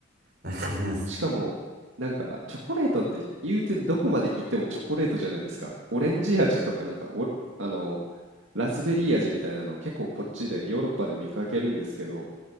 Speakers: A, on the right (about 55°); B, on the right (about 70°).
A: わかります。
B: し、しかも、なんかチョコレートって言うてどこまで行ってもチョコレートじゃないですか。オレンジ味とかなんかお、あの、ラズベリー味みたいなの結構こっちでヨーロッパで見かけるんですけど、